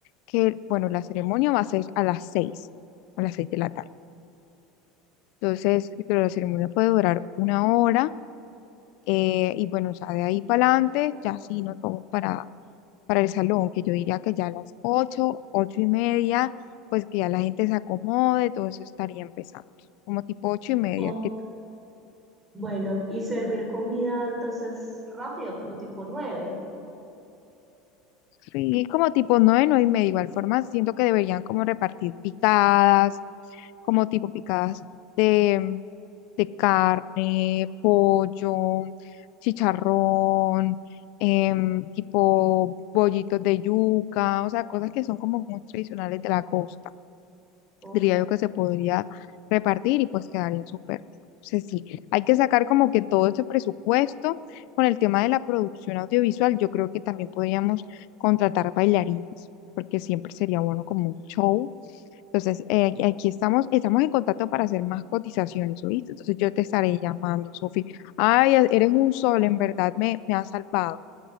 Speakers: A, on the left; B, on the right.
A: que, bueno, la ceremonia va a ser a las seis a las 6 de la tarde. Entonces, pero la ceremonia puede durar una hora eh, y bueno, o sea, de ahí para adelante ya sí nos vamos para, para el salón, que yo diría que ya a las ocho 8 y media, pues que ya la gente se acomode, todo eso estaría empezando, como tipo 8 y media,
B: Ujú.
A: que
B: Bueno, y servir comida entonces rápido, como tipo nueve.
A: Sí, como tipo nueve, nueve y media. Igual forma, siento que deberían como repartir picadas, como tipo picadas de, de carne, pollo, chicharrón, em, tipo bollitos de yuca, o sea, cosas que son como muy tradicionales de la costa
B: Ok.
A: diría yo que se podría repartir y pues quedaría súper. Entonces sí, hay que sacar como que todo este presupuesto con el tema de la producción audiovisual. Yo creo que también podríamos contratar bailarines, porque siempre sería bueno como un show. Entonces, eh, aquí estamos, estamos en contacto para hacer más cotizaciones, ¿oíste? Entonces yo te estaré llamando, Sofi. Ay, e, eres un sol, en verdad me, me has salvado.